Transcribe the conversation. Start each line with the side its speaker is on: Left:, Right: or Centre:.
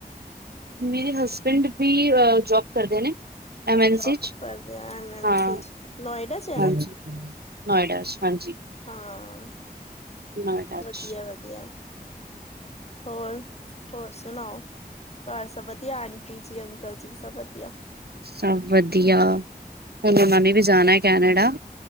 Right: ਮੇਰੇ ਹਸਬੈਂਡ ਵੀ ਜੋਬ ਕਰਦੇ ਨੇ।
Left: ਅੱਛਾ
Right: ਐਮਸੀ
Left: ਜੋਬ
Right: ਚ
Left: ਕਰਦੇ ਆ ਐਮ ਐਨ
Right: ਹਾਂ
Left: ਸੀ ਚ ਨੋਇਡਾ ਚ ਹੈ
Right: ਹਾਂਜੀ।
Left: ਨਾ
Right: ਨੋਇਡਾ ਚ ਹਾਂਜੀ।
Left: ਹਾਂ
Right: ਨੋਇਡਾ
Left: ਵਧੀਆ-ਵਧੀਆ
Right: ਚ
Left: ਹੋਰ ਹੋਰ ਸੁਣਾਓ ਘਰ ਸਭ ਵਧੀਆ ਆਂਟੀ ਜੀ, ਅੰਕਲ ਜੀ ਸਭ ਵਧੀਆ।
Right: ਸਭ ਵਧੀਆ ਹੁਣ ਉਹਨਾਂ ਨੇ ਵੀ ਜਾਣਾ ਕੈਨੇਡਾ।